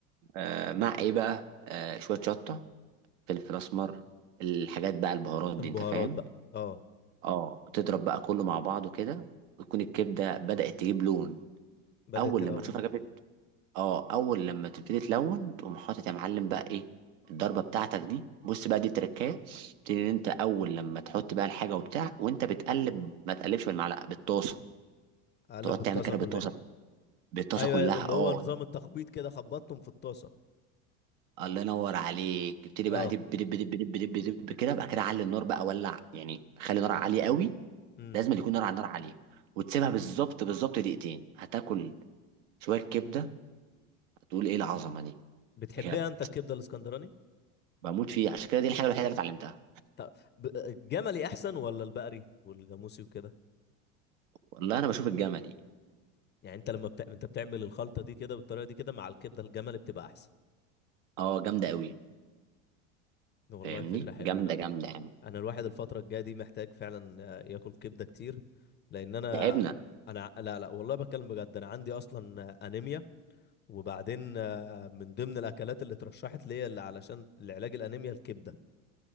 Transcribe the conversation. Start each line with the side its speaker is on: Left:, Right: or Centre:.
Right: آه مع ايه بقى آه شويه شطه فلفل اسمر الحاجات بقى البهارات دي
Left: البهارات
Right: انت فاهم
Left: بقى اه
Right: اه تضرب بقى كله مع بعضه كده وتكون الكبده بدات تجيب لون
Left: بدأت
Right: اول
Left: تلون
Right: لما تشوفها جابت اه اول لما تبتدي تلون تقوم حاطط يا معلم بقى ايه الضربه بتاعتك دي بص بقى دي تركايه تبتدي ان انت اول لما تحط بقى الحاجه وبتاع وانت بتقلب ما تقلبش بالمعلقه بالطاسه
Left: اقلب
Right: تقعد
Left: الطاسه
Right: تعمل كده
Left: كلها
Right: بالطاسه بالطاسه
Left: ايوه
Right: كلها
Left: ايوه اللي
Right: اه
Left: هو نظام التخبيط كده خبطتهم في الطاسه
Right: الله ينور عليك ابتدي بقى
Left: اه
Right: دب دب دب دب دب دب كده بقى كده علي النار بقى ولع يعني خلي النار عاليه قوي
Left: امم
Right: لازم يكون نار على النار عاليه وتسيبها بالظبط بالظبط دقيقتين هتاكل شويه كبده هتقول ايه العظمه دي
Left: بتحبها
Right: بجد
Left: انت الكبده الاسكندراني
Right: بموت فيه عشان كده دي الحاجه الوحيده اللي اتعلمتها
Left: طب ب- الجملي احسن ولا البقري والجاموسي وكده
Right: والله انا بشوف الجمل دي
Left: يعني انت لما بت... انت بتعمل الخلطه دي كده بالطريقه دي كده مع الكبده الجملي بتبقى احسن
Right: اه جامده قوي
Left: والله
Right: فاهمني
Left: فكره حلوه
Right: جامده
Left: انا
Right: جامده يعني
Left: انا الواحد الفتره الجايه دي محتاج فعلا آه، ياكل كبده كتير لان انا
Right: تعبنا
Left: انا لا لا والله بتكلم بجد انا عندي اصلا آه، انيميا وبعدين آه، من ضمن الاكلات اللي اترشحت ليا اللي علشان لعلاج الانيميا الكبده